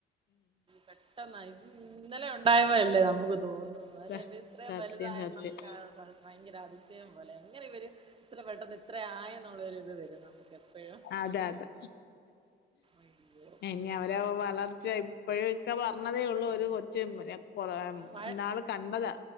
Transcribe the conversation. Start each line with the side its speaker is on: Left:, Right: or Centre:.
Right: പെട്ടെന്ന് ഇന്നലെ ഉണ്ടായപോലല്ലേ നമുക്ക് തോന്ന്നെ അല്ലേ
Left: സ
Right: ഇവർ ഇത്ര
Left: സത്യം
Right: വലുതായ
Left: സത്യം
Right: നമുക്ക് ഭയങ്കര അതിശയം പോലെ എങ്ങനെ ഇവര് ഇത്ര പെട്ടെന്ന് ഇത്ര ആയെന്നുള്ളൊരു ഇത് വരും നമുക്ക് എപ്പഴും
Left: അതെ അതെ
Right: അയ്യോ
Left: ഇനി അവര വളർ ഇപ്പോഴും ഇക്ക പറഞ്ഞതേ ഉള്ളു ഒരു കൊച്ച് കൊ
Right: വഴ
Left: ന്നാള് കണ്ടതാ